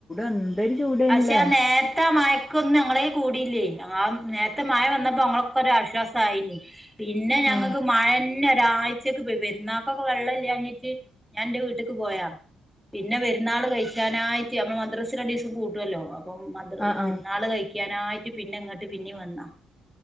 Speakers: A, on the left; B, in the centre.
A: എന്തൊരു ചൂടേനില്ലേ
B: ആശെ നേരത്ത മയക്കൊന്നായി കൂടില്ലേ ആ നേത്തെ മായ വന്നപ്പോ അങ്ങൊക്കെ ഒരു ആശ്വാസയിന് പിന്നെ ഞങ്ങക്ക്
A: ആ
B: മഴന്നെ ഒരാഴ്ചക്ക് പോയി പെരുന്നാൾക്കൊക്കെ വെള്ളല്ല്യാഞ്ഞിട്ട് ഞാൻ ന്റെ വീട്ടിക്ക് പോയാ പിന്നെ വെരുന്നാള് കഴിച്ചാനായി നമ്മൾ മദ്രസിൽ രണ്ടീസം പൂട്ട്വല്ലോ അപ്പം മ
A: ആ
B: പെരുന്നാള്
A: ആ
B: കഴിക്കാനായിട്ട് പിന്നങ്ങാട്ട് പിന്നെ വന്നാ